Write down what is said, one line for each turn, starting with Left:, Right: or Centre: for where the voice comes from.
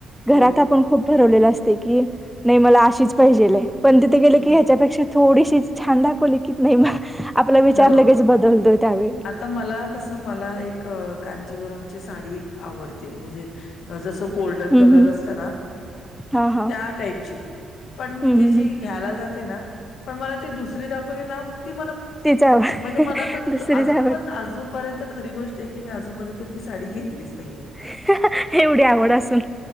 Left: हो.
Centre: घरात आपण खूप ठरवलेलं असते की नाही मला अशीच पाहिजेलय पण तिथे गेले
Left: हो.
Centre: की ह्याच्यापेक्षा थोडीशी छान दाखवले कि नही म आपला विचार
Left: हो.
Centre: लगेच बदलतो त्यावेळी.
Left: आता मला कसं मला एक कांजीवरमची साडी आवडते म्हणजे जसं गोल्डन
Centre: हम्म
Left: कलर
Centre: हम्म
Left: असत ना
Centre: हा हा
Left: त्या टाईपची, पण मी
Centre: हम्म
Left: ती
Centre: हम्म
Left: जी
Centre: हम्म
Left: घ्यायला जाते ना पण मला ती दुसरी दाखवली ना ती मला
Centre: तीच आवड
Left: म्हणजे मनात
Centre: दुसरीच
Left: अजून
Centre: आवड
Left: पण अजूनपर्यंत खरी गोष्ट आहे, की मी अजूनपर्यंत ती साडी घेतलीच नाहीये.
Centre: अहं अहं एवढी आवड असून